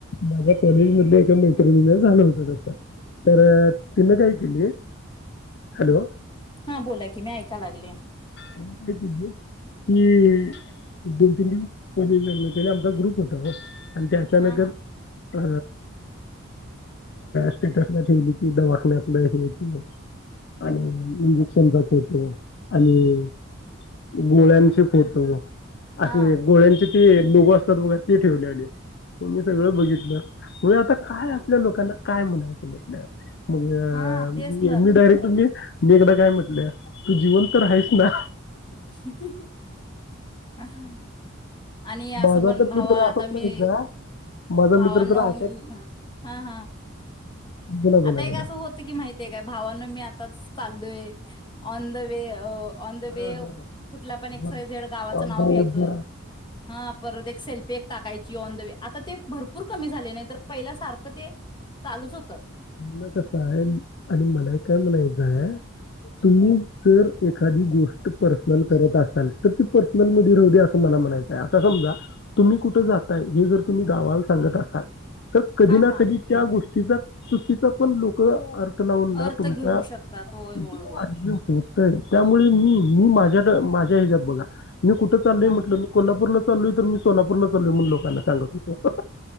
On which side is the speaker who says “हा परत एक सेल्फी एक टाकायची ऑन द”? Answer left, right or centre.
Left